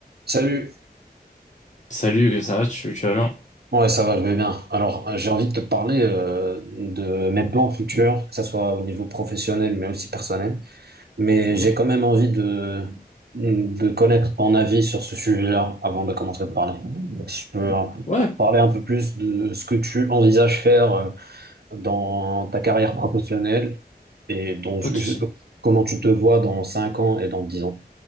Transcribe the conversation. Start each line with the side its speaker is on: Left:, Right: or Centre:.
Right: Salut.
Left: Salut, que ça va, tu, tu vas bien?
Right: Ouais, ça va, je vais bien. Alors,
Left: Ok.
Right: euh, j'ai envie de te parler euh, de mes plans futurs, que ce soit au niveau professionnel, mais aussi personnel. Mais
Left: Ok.
Right: j'ai quand même envie de, de connaître ton avis sur ce sujet-là avant de commencer à parler. Donc, Si tu peux euh,
Left: Ouais, p-
Right: parler un peu plus de ce que tu envisages faire euh, dans ta carrière professionnelle et dans,
Left: pas de souci.
Right: comment tu te vois dans 5 ans et dans 10 ans.